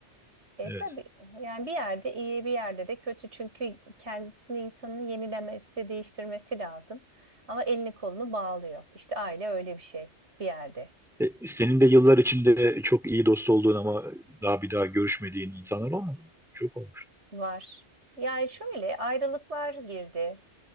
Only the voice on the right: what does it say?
E
tabii yani bir yerde iyi bir yerde de kötü çünkü kendisini insanın yenilemesi, değiştirmesi lazım. Ama elini kolunu bağlıyor. İşte aile öyle bir şey bir yerde
var. Yani şöyle ayrılıklar girdi.